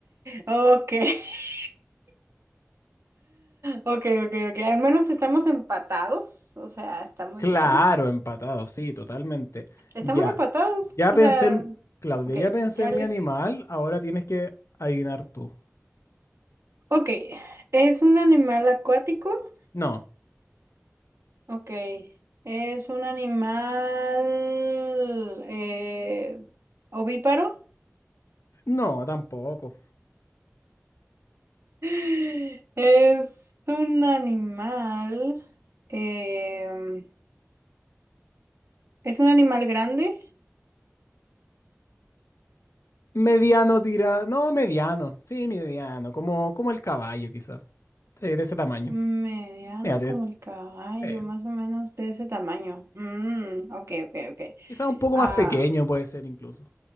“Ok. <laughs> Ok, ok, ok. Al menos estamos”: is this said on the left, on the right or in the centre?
Right